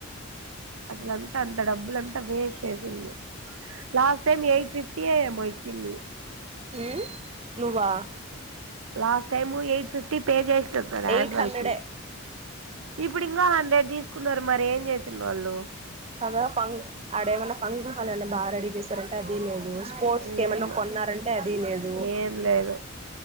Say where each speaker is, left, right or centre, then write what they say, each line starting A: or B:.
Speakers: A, on the right; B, on the right.
A: అసలంతా అంత డబ్బులంతా వేస్ట్ చేసింది లాస్ట్ టైం ఎయిట్ ఫిఫ్టీ ఏమో ఇచ్చింది
B: ఊ నువ్వా
A: last time eight fifty pay చేస్ చెప్తాడు ఆన్వాల్కి
B: ఎయిట్ హండ్రెడే
A: ఇప్పుడు ఇంకా హడ్రెడ్ తీసుకున్నారు మరి ఏం చేస్ ఉన్నోళ్ళు
B: పద ఫాం ఆడ ఏమైన్నా ఫంక్షన్ హాల్ ఏన్నా బాగా రెడీ చేశారంటే అదీ లేదు స్పోర్ట్స్ కే ఏమన్నా
A: ఏం
B: కొన్నారంటే అది లేదు
A: ఏం లేదు